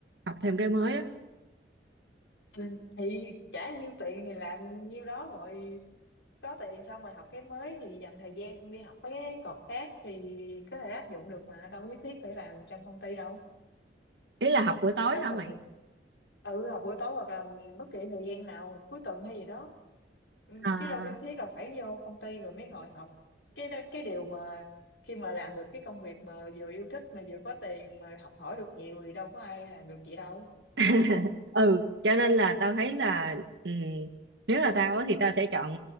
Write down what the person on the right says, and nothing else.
học thêm cái mới á
ý là học buổi tối
hả
mày
à,
<laughs> ừ cho nên là tao thấy là ừm, nếu là tao á thì tao sẽ chọn